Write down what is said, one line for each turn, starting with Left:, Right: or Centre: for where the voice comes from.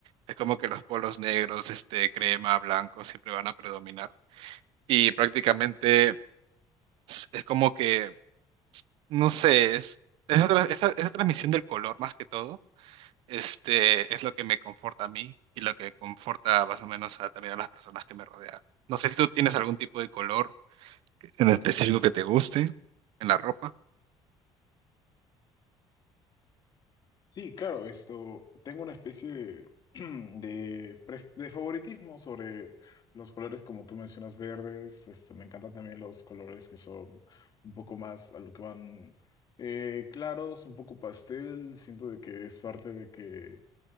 Right: Es como que los polos negros, este, crema, blanco, siempre van a predominar. Y prácticamente es es como que no sé, es, esa, tra- esa- esa transmisión del color más que todo, este, es lo que me conforta a mí y lo que conforta más o menos a, también a las personas que me rodean. No sé si tú tienes algún tipo de color en específico que te guste en la ropa.
Left: Sí, claro, esto, tengo una especie de, <clears throat> de, pref- de favoritismo sobre los colores como tú mencionas, verdes. Esto, me encantan también los colores que son un poco más a lo que van eh, claros, un poco pastel. Siento de que es parte de que